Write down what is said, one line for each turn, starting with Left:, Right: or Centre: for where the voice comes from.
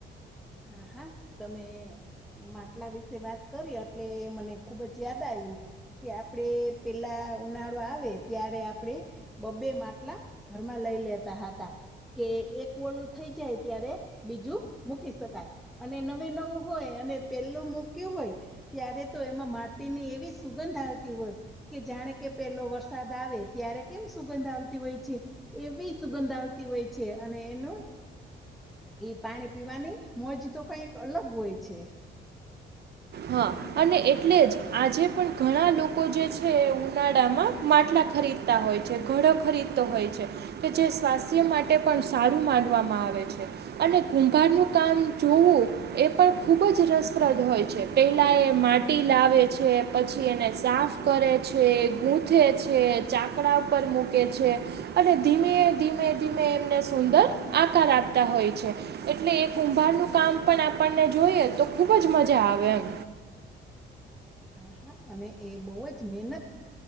Centre: હા હા તમે. માટલા વિશે વાત કરી એટલે મને ખુબ જ યાદ આવ્યું. કે આપડે પેલા ઉનાળો આવે ત્યારે આપડે. બબ્બે માટલા ઘરમાં લઈ લેતા હતા. કે એક વલું થઈ જાય ત્યારે બીજું મૂકી. શકાય અને નવે નવું હોય અને પેલું મૂક્યું હોય. ત્યારે તો એમાં માટીની એવી સુગંધ આવતી હોય. કે જાણે કે પેલો વરસાદ આવે ત્યારે કેમ સુગંધ આવતી હોય છે. એવી સુગંધ આવતી હોય છે અને એનું એ પાણી પીવાની. મોજ તો કઈક અલગ હોય છે.
Right: હા અને એટલે જ આજે પણ ઘણા લોકો જે છે એ ઉનાળામાં માટલા ખરીદ. હોય છે ઘડો ખરીદતો હોય છે. કે જે સ્વાસ્થ્ય માટે પણ સારું માનવામાં આવે છે. અને કુંભારનું કામ જોવું એ પણ ખુબ જ રસપ્રદ હોય છે. પહેલાં એ માટી લાવે છે પછી એને સાફ કરે છે ગૂંથે છે ચા. કડા ઉપર મૂકે છે. અને ધીમે ધીમે ધીમે એમને સુંદર આકાર આપતા હોય છે. એટલે એ કુંભારનું કામ પણ આપણને જોઈએ તો ખુબ જ મજા આવે એમ.
Centre: હા હા અને એ બહુ જ મહેનત.